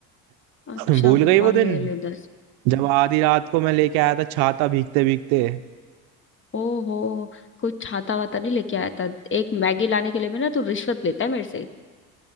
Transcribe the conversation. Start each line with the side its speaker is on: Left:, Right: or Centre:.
Right: <laughs>
Left: अच्छा
Right: भूल
Left: बाबा
Right: गई वो दिन
Left: ले ले दस
Right: जब आधी रात को मैं लेके आया था छाता भीगते भीगते
Left: ओहो कुछ छाता वाता नहीं लेके आया था एक मैगी लाने के लिए भी ना तू रिश्वत लेता है मेरे से